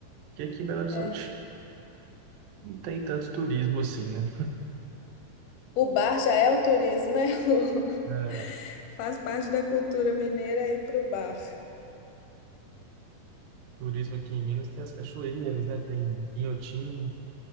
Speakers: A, on the right; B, on the left.
A: E aqui em Belo Horizonte
B: É.
A: não tem tanto turismo assim, né?
B: O bar já é um turismo, né? <laughs>
A: É,
B: Faz parte da cultura mineira ir pro bar.
A: turismo aqui em Minas tem as cachoeiras, né? Tem Inhotim,